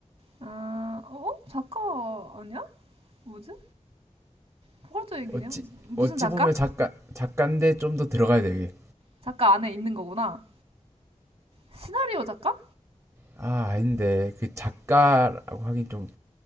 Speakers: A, on the right (about 50°); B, on the right (about 20°).
A: 어, 어? 작가 아니야? 뭐지? 포괄적인 개념?
B: 어찌
A: 무슨
B: 어찌
A: 작가?
B: 보면 작가 작가인데 좀 더 들어가야 돼 이게.
A: 작가 안에 있는 거구나. 시나리오 작가?
B: 아 아닌데 그 작가라고 하긴 좀